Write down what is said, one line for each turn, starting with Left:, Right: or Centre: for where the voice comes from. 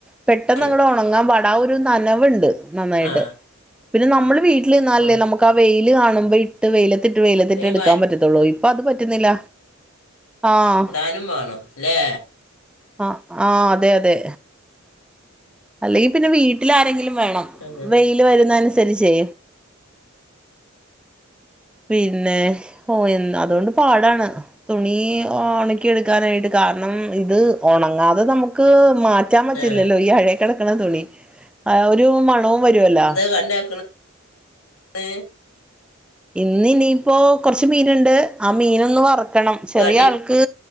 Centre: പെട്ടെന്നങ്ങട്
Left: ശരി.
Centre: ഒണങ്ങാൻ പാടാ ആഒരു നനവുണ്ട്. നന്നായിട്ട്
Left: ആ
Centre: പിന്നെ നമ്മള് വീട്ടിൽ നിന്നാലല്ലേ
Left: ഉണ്ട്.
Centre: നമുക്കാവെയില് കാണുമ്പോ ഇട്ട് വെയില ത്തിട്ട് വെയിലത്തിട്ട്
Left: പിന്നെ ഈ
Centre: എടുക്കാ പറ്റത്തുള്ളൂ ഇപ്പൊ അത് പറ്റുന്നില്ല. ആഹ്
Left: ടാനും വാണം ല്ലേ.
Centre: ആ ആ അതെ, അതെ. അല്ലെങ്കി പിന്നെ വീട്ടിലാരെങ്കിലും വേണം
Left: അങ്ങനെ
Centre: വെയില് വരുന്നനുസരിച്ചേ. പിന്നെ ഓ എ അതുകൊണ്ട് പാടാണ്. തുണി ഒണക്കിയെടുക്കാനായിട്ട് കാരണം ഇത് ഒണങ്ങാതെ നമുക്ക് മാ റ്റാൻ പറ്റില്ലല്ലോ
Left: ആ
Centre: ഈ അഴേ കിടക്കണ തുണി ആ ഒരു മണവും വരുവല്ലോ.
Left: ന്നാക്കണ്. ഏ
Centre: ഇന്ന് ഇനിയിപ്പോകുറച്ച് മീനൊണ്ട് ആ മീനൊന്ന് വർ ക്കണം ചെറിയ
Left: കടി
Centre: ആൾക്ക്